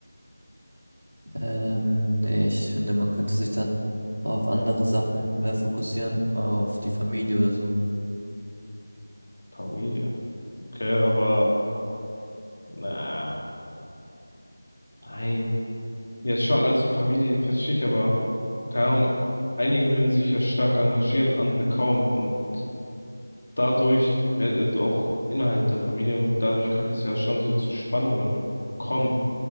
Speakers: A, on the right; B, on the left.
A: Ähm, nee, ich finde, man könnte sich dann auf andere Sachen mehr fokussieren, auf die Familie oder so.
B: Familie. Okay, aber na, nein. Ja, schon, also Familie verstehe ich, aber keine Ahnung, einige würden sich ja stark engagieren, andere kaum. Und dadurch, äh, äh, auch innerhalb der Familie, und dadurch kann es ja schon so zu Spannungen kommen,